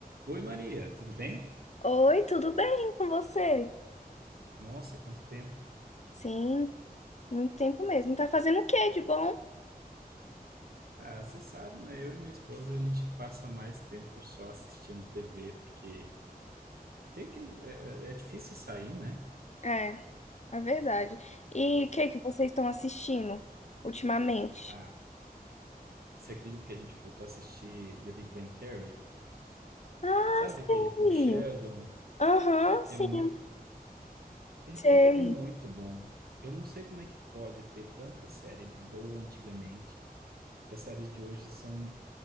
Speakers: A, on the right (about 75°); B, on the left (about 45°).
A: Oi Maria, tudo bem?
B: Oi, tudo bem com você?
A: Nossa, quanto tempo.
B: Sim, muito tempo mesmo. Tá fazendo o que de bom?
A: Ah, você sabe, né? Eu e minha esposa a gente passa mais tempo só assistindo TV, porque tem aquele, é, é- é difícil sair, né?
B: É, é verdade. E o que que vocês estão assistindo ultimamente?
A: Ah, você acredita que a gente voltou a assistir The Big Bang Theory?
B: Ah,
A: Sabe
B: sei.
A: aquele com o Sheldon?
B: Aham, sim,
A: É muito, é,
B: sei.
A: é- é muito
B: <laughs>
A: bom. Eu não sei como é que pode ter tanta série boa antigamente e as séries de hoje são.